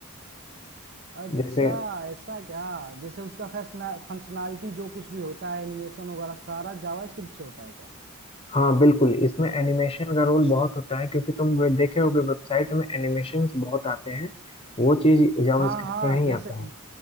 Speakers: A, on the right; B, on the left.
A: अच्छा
B: जैसे
A: ऐसा क्या जैसे उसका फंक्शनैलिटी जो कुछ भी होता है एनिमेशन वगैरह सारा जावास्क्रिप्ट से होता है क्या
B: हाँ बिल्कुल इसमें एनिमेशन का रोल बहुत होता है क्योंकि तुम वे- देखे होगे वेबसाइट में एनिमेशंस बहुत आते हैं वो चीज जावास्क्रिप्ट
A: हाँ हाँ
B: में ही
A: जैसे
B: आता है